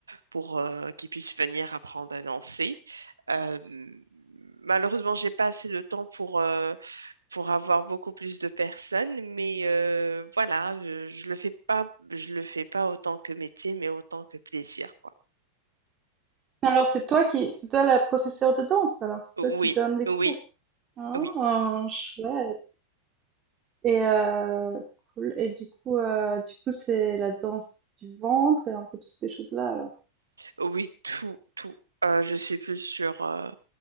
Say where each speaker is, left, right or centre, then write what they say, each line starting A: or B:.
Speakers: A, on the right; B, on the right.
A: pour euh, qu'il puisse venir apprendre à danser. Euh, malheureusement, j'ai pas assez de temps pour, euh, pour avoir beaucoup plus de personnes, mais euh, voilà, euh, je, le fais pas, je le fais pas autant que métier, mais autant que plaisir, quoi.
B: alors c'est toi qui c'est toi la professeure de danse alors? C'est
A: Oui,
B: toi qui donne les
A: oui,
B: cours? Ah
A: oui,
B: chouette et heu, cool et du coup, heu, du coup c'est la danse du ventre et un peu toutes ces choses-là alors?
A: oui, tout, tout. Euh, je suis plus sur, euh,